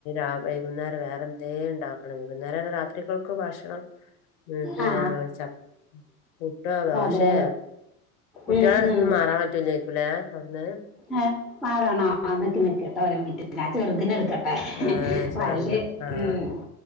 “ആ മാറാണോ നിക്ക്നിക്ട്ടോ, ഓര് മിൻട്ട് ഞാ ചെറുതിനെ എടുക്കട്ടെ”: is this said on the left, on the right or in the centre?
Centre